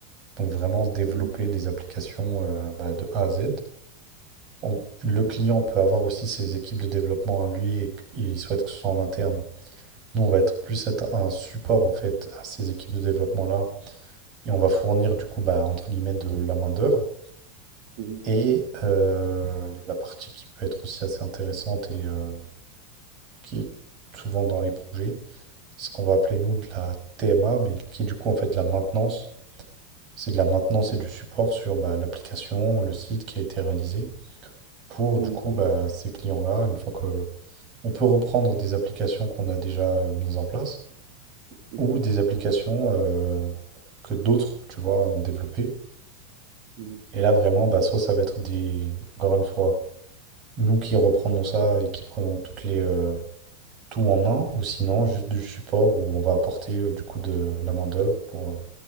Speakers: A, on the right (about 35°); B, on the right (about 60°).
A: donc vraiment développer
B: mhm,
A: les applications euh, bah, de A à Z. On- le client peut avoir aussi ses équipes de développement à lui et qu- il souhaite que ce soit en interne. Nous, on va être plus être un support en fait à ces équipes de développement-là et on va fournir du coup bah, entre guillemets de la main-d'œuvre.
B: mm, mm, mhm,
A: Et euh, la partie qui peut être aussi assez intéressante et euh, qui est souvent dans les projets, c'est ce qu'on va appeler nous de la TMA, mais qui est du coup en fait de la maintenance. C'est de la maintenance et du support sur bah, l'application, le site qui a été réalisé pour
B: mm,
A: du coup bah, ces clients-là, une fois que on peut reprendre des applications qu'on a déjà euh, mises en place
B: mm,
A: ou des applications euh, que d'autres, tu vois, ont développées.
B: mhm,
A: Et là vraiment, bah, soit ça va être des, encore une fois, nous qui reprenons ça et qui prenons toutes les euh, tout en main, ou sinon juste du support où on va apporter euh, du coup de la main-d'œuvre pour, euh,